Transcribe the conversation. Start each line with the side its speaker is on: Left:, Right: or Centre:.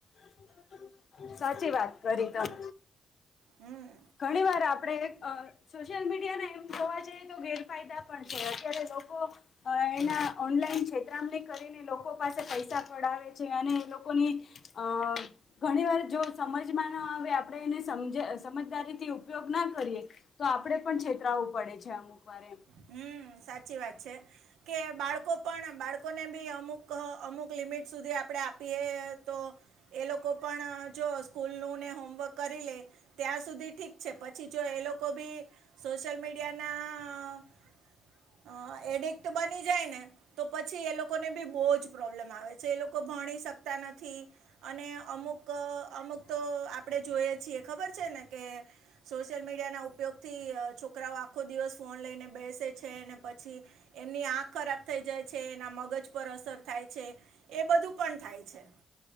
Left: <unintelligible> સાચી વાત કરી <unintelligible>
Right: હમ.
Left: ઘણી વાર આપણે <unintelligible> સોશિયલ મીડિયાને એમ જોવા જઈએ તો ગેરફાયદા પણ છે, અત્યારે લોકો. અ એના ઓનલાઈન કતરામને કરીને લોકો પાસે પૈસા પડાવે છે, અને લોકોની. અ ઘણી વાર જો સમજમાં ના આવે આપણેે એને સમજ સમજદારીથી. ઉપયોગ ના કરીએ તો આપડે પણ <unintelligible> પડે છે, અમુક વારે.
Right: હમ સાચી <unintelligible> છે. કે બાળકો પણ બાળકોને બી અમુક અમુક લિમિટ સુધી આપણે આપીએ. તો એ લોકો પણ જો સ્કૂલનું ને હોમવર્ક કરી લે. ત્યાં સુધી ઠીક છે, પછી જો એ લોકો બી સોશિયલ મીડિયાના હ એડિક્ટ બની જાય ને. તો પછી એ લોકોને બી બહુ જ પ્રોબ્લેમ આવે છે, એ લોકો ભણી શકતા નથી. અને અમુક અમુક તો આપણે જોઈ છીએ ખબર છે, ને કે સોશિયલ મીડિયાના ઉપયોગ થી છોકરાઓ આખો દિવસ ફોન લઈને બેસ છે, અને પછી એમની આંખ ખરાબ થઈ જાય છે, એના મગજ પર અસર થાય છે. એ બધું પણ થાય છે.